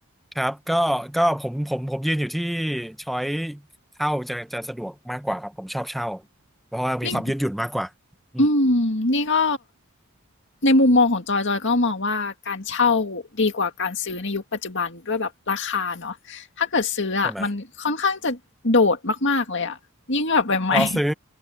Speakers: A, in the centre; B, on the left.
A: ครับก็ก็ผมผมผมยืนอยู่ที่ช้อยเช่าจะจะสะดวกมากกว่าครับผมชอบเช่าเพราะว่ามีความยืดหยุ่นมากกว่าอืม
B: นี่อืมนี่ก็ในมุมมองของจอยจอยก็มองว่าการเช่าดีกว่าการซื้อในยุคปัจจุบันด้วยแบบราคาเนาะถ้าเกิดซื้ออ่ะมันค่อนข้างจะโดดมากๆเลยอ่ะยิ่งแบบใหม่
A: ใช่ไหม อ๋อซื้อ